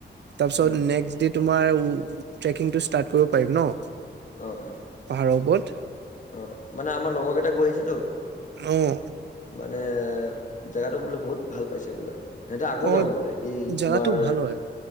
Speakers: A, on the right; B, on the left.
A: তাৰপিছত
B: উম
A: নেক্সট ডে' তোমাৰ ট্ৰেকিংটো ষ্টাট কৰিব পাৰিম ন?
B: অ', অ'।
A: পাহাৰ ওপৰত।
B: অ', মানে আমাৰ লগৰ কেইটা গৈ আহিছেটো।
A: ও'।
B: মানে জেগটো বোলে বহুত ভাল পাইছে বোলে। সিহঁতে আকৌ
A: অ
B: যাব বোলে, এই
A: জাগাটো
B: তোমাৰ
A: ভাল হয়